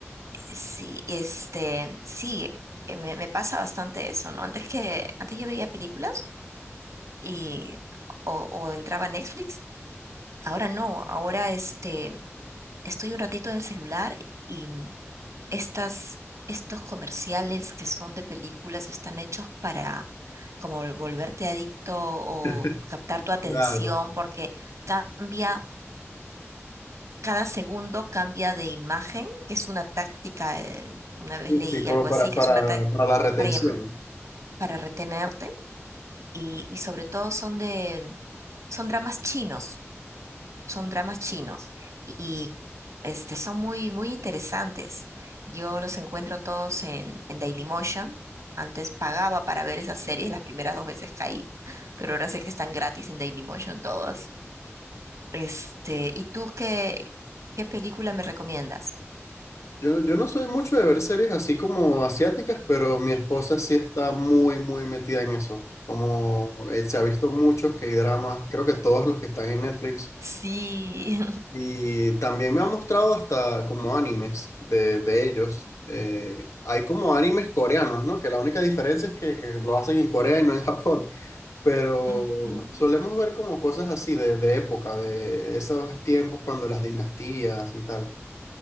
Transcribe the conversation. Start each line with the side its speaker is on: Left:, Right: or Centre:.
Right: Sí, este, sí, eh, me, me pasa bastante eso, ¿no? Antes que, antes yo veía películas y o, o entraba a Netflix, ahora no, ahora este, estoy un ratito en el celular y mm, estas, estos comerciales que son de películas están hechos para como vol- volverte adicto o
Left: <laughs>
Right: captar tu atención
Left: Claro.
Right: porque cambia cada segundo cambia de imagen, que es una táctica, eh, una vez
Left: Sí,
Right: leí
Left: sí, como
Right: algo así,
Left: para,
Right: que
Left: para,
Right: es una táctica
Left: para la retención.
Right: para, llam- para retenerte y, y sobre todo son de, son dramas chinos, son dramas chinos y este, son muy, muy interesantes. Yo los encuentro todos en, en Dailymotion. Antes pagaba para ver esas series, las primeras dos veces caí, pero ahora sé que están gratis en Dailymotion todos. Este, ¿y tú qué, qué película me recomiendas?
Left: Yo, yo no soy mucho de ver series así como asiáticas, pero mi esposa sí está muy, muy metida en eso. Como eh, se ha visto muchos K-dramas, creo que todos los que están en Netflix.
Right: Sí.
Left: Y también me ha mostrado hasta como animes de, de ellos. Eh, hay como animes coreanos, ¿no? Que la única diferencia es que, que lo hacen en Corea y no en <laughs> Japón. Pero
Right: <laughs> Ujú.
Left: solemos ver como cosas así de, de época, de esos tiempos cuando las dinastías y tal.